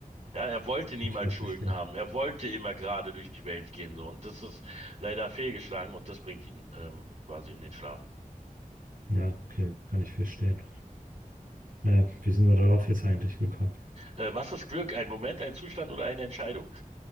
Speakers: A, on the right; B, on the right.
A: Ja, er wollte niemals
B: Okay, verstehe.
A: Schulden haben. Er wollte immer gerade durch die Welt gehen, so. Und das ist leider fehlgeschlagen und das bringt ihn ähm, quasi um den Schlaf.
B: Ja, okay, kann ich verstehen. Naja, wie sind wir darauf jetzt eigentlich gekommen?
A: Äh, was ist Glück? Ein Moment, ein Zustand oder eine Entscheidung?